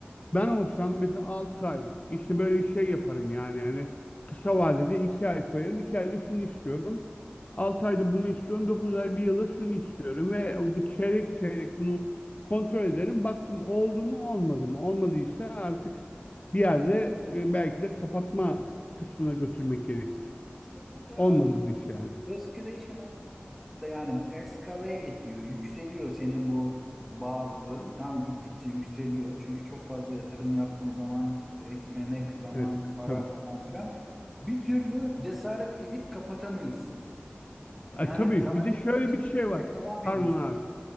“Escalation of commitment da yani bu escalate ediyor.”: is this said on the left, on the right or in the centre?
Centre